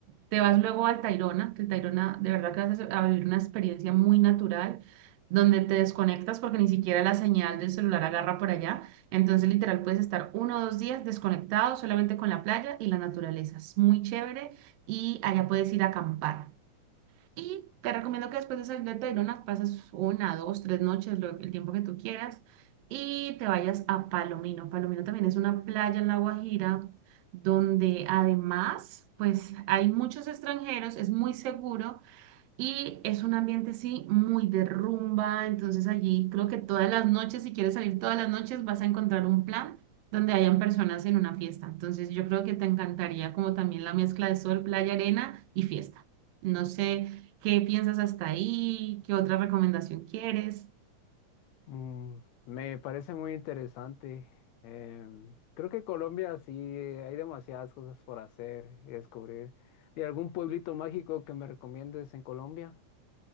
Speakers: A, on the right; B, on the left.
A: te vas luego al Tayrona, que el Tayrona de verdad que vas a, a vivir una experiencia muy natural donde te desconectas porque ni siquiera la señal del celular agarra por allá. Entonces, literal, puedes estar uno o dos días desconectado solamente con la playa y la naturaleza. Es muy chévere y allá puedes ir a acampar. Y te recomiendo que después de salir de Tayrona pasas una, dos, tres noches, lo- el tiempo que tú quieras, y te vayas a Palomino. Palomino también es una playa en La Guajira donde además, pues hay muchos extranjeros, es muy seguro. Y es un ambiente, sí, muy de rumba. Entonces allí creo que todas las noches, si quieres salir todas las noches, vas a encontrar un plan donde hayan personas en una fiesta. Entonces yo creo que te encantaría como también la mezcla de sol, playa, arena y fiesta. No sé qué piensas hasta ahí, qué otra recomendación quieres.
B: Mm, me parece muy interesante. Em, creo que Colombia sí hay demasiadas cosas por hacer y descubrir. ¿Y algún pueblito mágico que me recomiendes en Colombia?